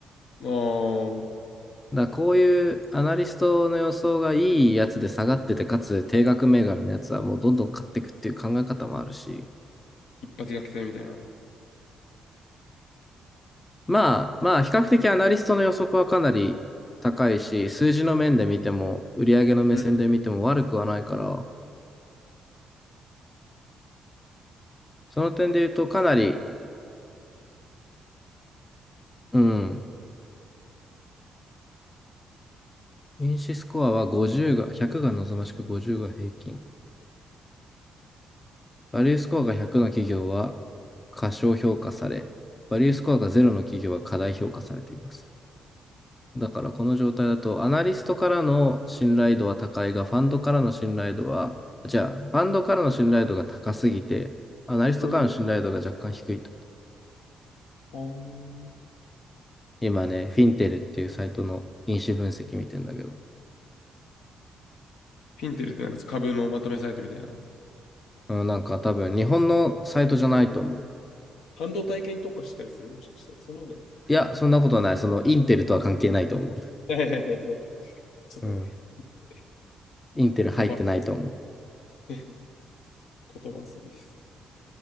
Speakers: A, on the left; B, on the left.
A: ああ、
B: だからこういうアナリストの予想がいいやつで下がってて、かつ定額銘柄のやつはもうどんどん買っていくっていう考え方もあるし、
A: 一発逆転みたいな。
B: まあ、まあ、比較的アナリストの予測はかなり高いし、数字の面で見ても、売上の目線で見ても悪くはないから、
A: うん。
B: その点で言うとかなり、うん、因子スコアは50が、100が望ましく50が平均。バリュースコアが100の企業は過小評価され、バリュースコアが0の企業は過大評価されています。だからこの状態だと、アナリストからの信頼度は高いが、ファンドからの信頼度は、じゃあ、ファンドからの信頼度が高すぎて、アナリストからの信頼度が若干低いと。
A: うん。ああ。
B: 今ね、フィンテルっていうサイトの因子分析見てんだけど、
A: フィンテルってなんか株のまとめサイトみたいな。
B: うんなんか多分日本のサイトじゃないと思う。
A: 半導体系に特化したりするもしかして。そんなことない。
B: いや、そんなことはない。そのインテルとは関係ないと思
A: <laughs> ちょっとね、
B: う。うん。
A: <laughs>
B: インテル入ってないと思
A: 言葉、<laughs> 言葉遊びです。